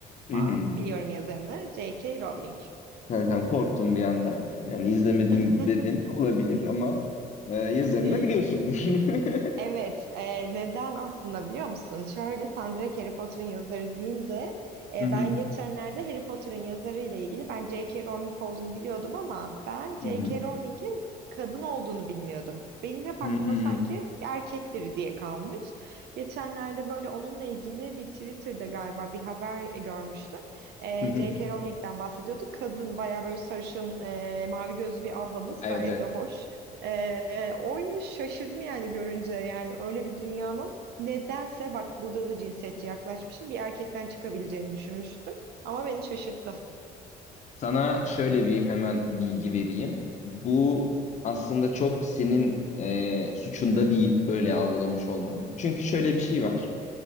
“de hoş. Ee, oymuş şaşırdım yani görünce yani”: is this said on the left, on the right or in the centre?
Right